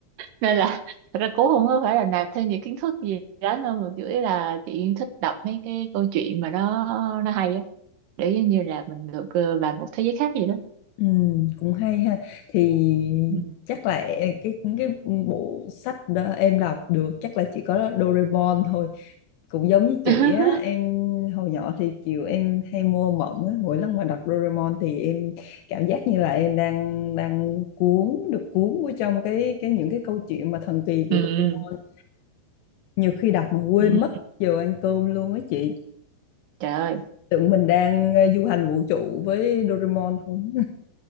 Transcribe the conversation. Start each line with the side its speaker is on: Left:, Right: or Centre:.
Right: nên là thật ra cũng không có phải là nạp thêm những kiến thức gì đó đâu mà chủ yếu là chị thích đọc mấy cái câu chuyện mà nó nó hay á để giống như là mình được ờ, vào một thế giới khác gì đó
Left: ừm, cũng hay ha thì
Right: ừ.
Left: chắc là e- cái cái bộ sách đó em đọc được chắc là chỉ có Doraemon thôi cũng giống như chị
Right: <laughs>
Left: á em hồi nhỏ thì kiểu em hay mua mộng á mỗi lần mà đọc Doraemon thì em cảm giác như là em đang đang cuốn được cuốn vô trong cái cái những cái câu chuyện mà thần kỳ của
Right: ừ.
Left: Doraemon nhiều khi đọc mà quên
Right: ừ.
Left: mất giờ ăn cơm luôn á chị
Right: Trời ơi
Left: tưởng mình đang ờ, du hành vũ trụ với Doraemon không